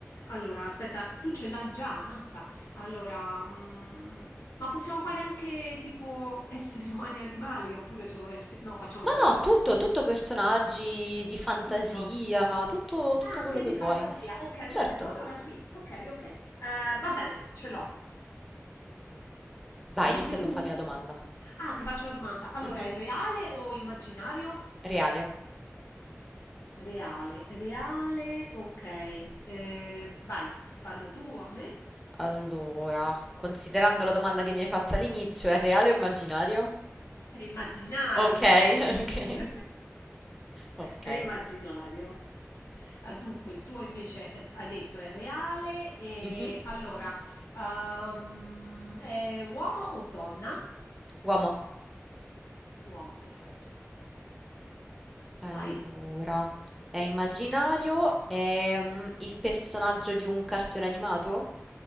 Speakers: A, on the left (about 80°); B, in the centre.
A: Allora, aspetta, tu ce l'hai già, ammazza. Allora, mm, ma possiamo fare anche tipo esseri umani e animali oppure solo esseri... No, facciamo
B: No,
A: solo
B: no,
A: esseri
B: tutto,
A: umani.
B: tutto personaggi di fantasia,
A: Tutto?
B: tutto, tutto
A: Ah,
B: quello
A: anche
B: che
A: di
B: vuoi.
A: fantasia. Ok,
B: Certo.
A: perfetto. Allora sì, ok, ok. Eh, va bene, ce l'ho.
B: Vai,
A: Inizi
B: inizia
A: tu?
B: tu, fammi la domanda.
A: Ah, ti faccio una domanda. Allora,
B: Mhm,
A: è reale o immaginario?
B: Reale.
A: Reale, reale, ok. Eh, vai, fallo tu a me.
B: Allora, considerando la domanda che mi hai fatto all'inizio, è reale o immaginario?
A: È immaginario.
B: Ok, <laughs> ok.
A: <laughs>
B: Ok.
A: È immaginario. Ah, dunque, il tuo invece è- hai detto è reale e
B: Mhm,
A: allora, ehm, è uomo o donna?
B: Uomo.
A: Uomo, perfetto.
B: Allora,
A: Vai.
B: è immaginario? È mm, il personaggio di un cartone animato?